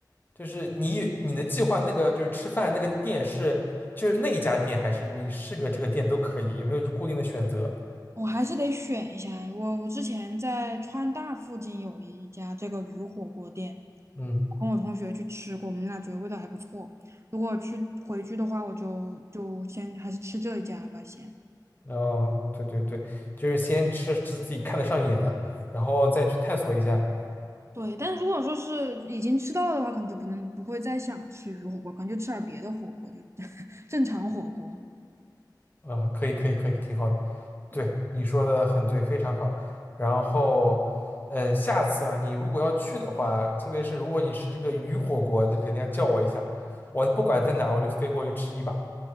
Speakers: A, on the left (about 25°); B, on the right (about 40°).
A: 就是你你的计划那个就是吃饭那个店是就是那一家店，还是你是个这个店都可以？有没有就固定的选择？
B: 我还是得选一下。我我之前在川大附近有一家这个鱼火锅店，
A: 嗯，
B: 跟我同学去吃过，我们俩觉得味道还不错。如果去回去的话，我就就先还是吃这一家吧，先。
A: 哦，对对对，就是先吃自己看得上眼的，然后再去探索一下。
B: 对，但如果说是已经吃到了的话，可能就不能不会再想吃鱼火锅，可能就吃点儿别的火锅，就 <laughs> 正常火锅。
A: 嗯，可以可以可以，挺好的。
B: 对，
A: 对，你说的很对，非常好。然后，嗯，下次啊，你如果要去的话，特别是如果你吃这个鱼火锅，就肯定要叫我一下。我不管在哪儿，我就飞过去吃一把。